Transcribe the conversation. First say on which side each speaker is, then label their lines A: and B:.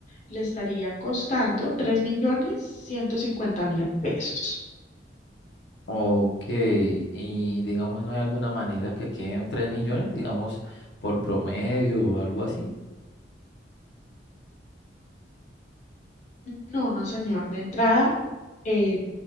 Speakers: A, on the left; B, on the left.
A: le estaría costando 3.150.000 pesos.
B: Ok, y digamos, ¿no hay alguna manera que queden 3 millones, digamos, por promedio o algo así?
A: No, no, señor. De entrada, eh,